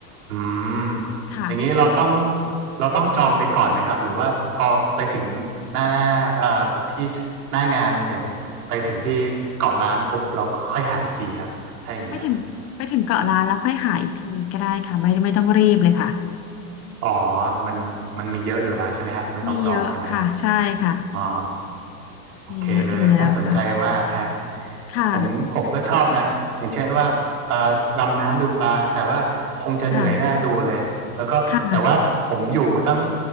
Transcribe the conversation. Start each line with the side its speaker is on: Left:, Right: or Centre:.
Right: อืม
Left: ค่ะ
Right: อย่างนี้เราต้องเราต้องจองไปก่อนไหมครับหรือว่าพอไปถึงหน้าเอ่อที่หน้างานอย่างไปถึงที่เกาะล้านปุ๊บเราค่อยหาอีกทีครับถ้าอย่างเงี้ย
Left: ไปถึงไปถึงเกาะล้านแล้วค่อยหาอีกทีก็ได้ค่ะไม่ไม่ต้องรีบเลยค่ะ
Right: อ๋อมันมันมีเยอะอยู่แล้วใช่ไหมฮะ ไม่ต้องจองใช่ไหมฮะ
Left: มีเยอะค่ะใช่ค่ะ
Right: อ๋อโอเคเลย
Left: มีเยอะอยู่แล้วค่ะ
Right: น่าสนใจมากฮะ
Left: ค่ะ
Right: ผมผมก็ชอบนะ อย่างเช่นว่าเอ่อดำน้ำดูปลา แต่ว่าคงจะเหนื่อยหน้าดูเลย
Left: ค่ะ
Right: แล้วก็
Left: ค่ะ
Right: แต่ว่าผมอยู่ตั้ง